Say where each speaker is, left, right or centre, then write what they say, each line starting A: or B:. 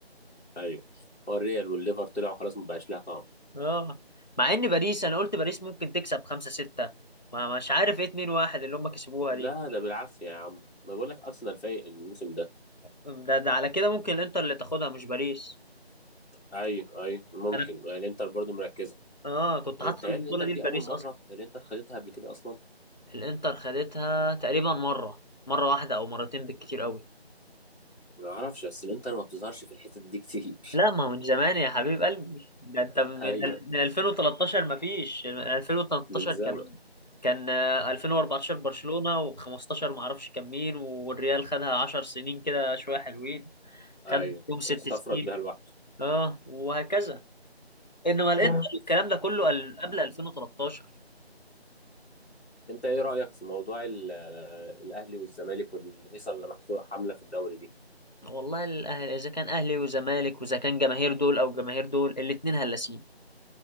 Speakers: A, on the left; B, on the left.
A: ايوه هو الريال والليفر طلعوا خلاص ما بقاش لها طعم
B: اه مع ان باريس انا قلت باريس ممكن تكسب 5 6 ما مش عارف ايه 2 1 اللي هم كسبوها
A: لا
B: دي
A: ده بالعافية يا عم ما بقول لك أرسنال فايق الموسم ده
B: ده ده على كده ممكن الانتر اللي تاخدها مش باريس
A: أيوه أيوه ممكن
B: انا
A: الإنتر برضو مركزة
B: اه كنت حاطط
A: متهيألي
B: البطوله
A: الإنتر
B: دي
A: دي
B: لباريس
A: أول مرة
B: اصلا
A: الإنتر خدتها قبل كده أصلا
B: الانتر خدتها تقريبا مره مره واحده او مرتين بالكتير قوي
A: ما أعرفش بس الإنتر ما بتظهرش في الحتت دي كتير
B: لا ما هو من زمان يا حبيب قلبي ده انت من
A: <laughs> أيوه
B: ال- من 2013 ما فيش 2013
A: من زمن
B: كان كان آه، 2014 برشلونة و15 ما اعرفش كان مين والريال خدها 10 سنين كده شوية حلوين
A: أيوه
B: خدت فيهم ست
A: استفرد
B: سنين
A: بيها لوحده
B: اه وهكذا انما الانتر
A: أيوه
B: الكلام ده كله قل- قبل 2013
A: أنت إيه رأيك في موضوع ال- آه، الأهلي والزمالك والهيصة اللي محصورة حاملة في الدوري دي؟
B: والله الاهلي اذا كان اهلي وزمالك واذا كان جماهير دول او جماهير دول الاتنين هلاسين